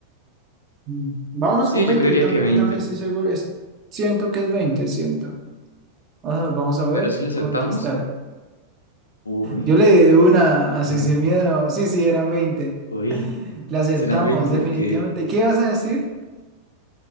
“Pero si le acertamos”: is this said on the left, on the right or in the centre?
Left